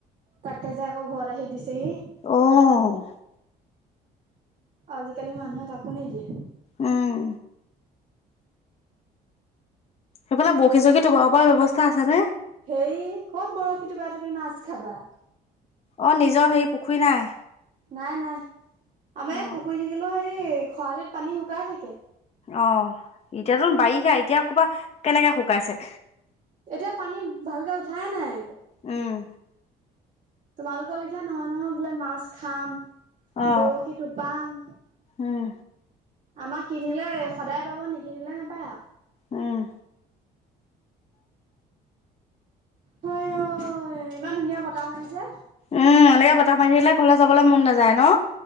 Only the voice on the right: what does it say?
তাকে যে আকৌ ঘৰত আহি দিছেহি
আজিকালি মানুহে তাকো নিদিয়ে।
হেৰী ক'ত বৰশী তোপা তুমি মাছ খাবা।
নাই নাই, আমাৰ
ইয়াত পুখুৰী থাকিলেও সেই খৰালিত পানী শুকাই থাকে।
এতিয়া পানী ভালকে উঠায়েই নাই
তোমালোকৰ লেখীয়া নহয় নহয় বোলে মাছ খাম
বৰশী টোপাম।
আমাক কিনিলে সদায় পাব, নিকিনিলে নাপায়
হয় অ' ইমান ধুনীয়া বতাহ মাৰিছে।